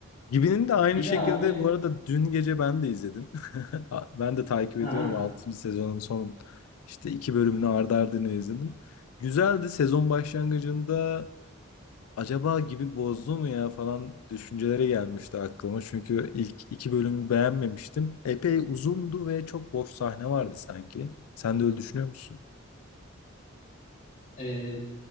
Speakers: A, on the left (about 85°); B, on the left (about 35°).
A: Gibi'nin de aynı
B: Bir
A: şekilde
B: de abi
A: bu arada dün gece ben de izledim. <laughs> A- Ben de takip ediyorum
B: aha,
A: altıncı sezonun son işte iki bölümünü ardı ardına izledim. Güzeldi sezon başlangıcında acaba gibi bozdu mu ya falan düşünceleri gelmişti aklıma. Çünkü ilk iki bölümü beğenmemiştim. Epey uzundu ve çok boş sahne vardı sanki. Sen de öyle düşünüyor musun?
B: e,